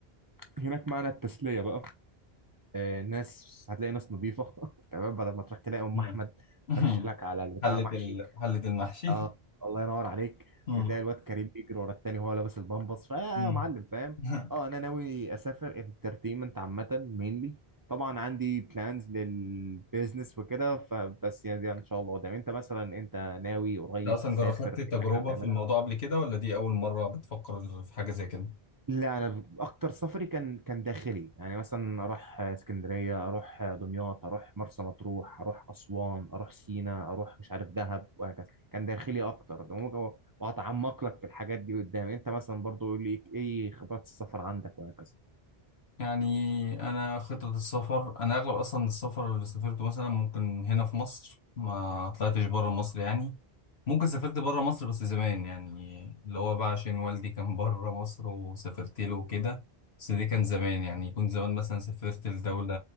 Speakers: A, on the right; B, on the left.
A: هناك معنى التسلية بقى آه، ناس هتلاقي ناس نظيفة <laughs> تمام بدل ما تروح تلاقي أم
B: امم
A: أحمد
B: <laughs> أمم.
A: ترش لك على البتاع
B: حلة
A: محشي
B: ال... حلة المحشي
A: اه الله ينور عليك
B: امم
A: وتلاقي الواد كريم بيجري ورا التاني وهو لابس البامبس فيا
B: امم
A: معلم فاهم
B: <laughs>
A: اه أنا ناوي أسافر انترتينمنت عامة مينلي طبعا عندي بلانز للبيزنس وكده فبس يعني ده إن شاء الله قدام أنت مثلا أنت ناوي قريب
B: انت اصلا
A: تسافر
B: جربت تجربة
A: في حاجة ناوي تعملها
B: في الموضوع قبل كده ولا دي اول مرة بتفكر في حاجة زي كده
A: لا انا ب- اكتر سفري كان كان داخلي يعني مثلا اروح اسكندريه اروح دمياط اروح مرسى مطروح اروح اسوان اروح سينا اروح مش عارف دهب وهكذا كان داخلي اكتر ممكن- وهتعمق لك في الحاجات دي قدام انت مثلا برضو يقول لي ايه خبرات السفر عندك وهكذا
B: يعني أنا خطة السفر أنا أغلب أصلا السفر اللي سافرته مثلا ممكن هنا في مصر ما طلعتش بره مصر يعني ممكن سافرت بره مصر بس زمان يعني اللي هو بقى عشان والدي كان بره مصر وسافرت له وكده بس دي كان زمان يعني كنت زمان مثلا سافرت لدولة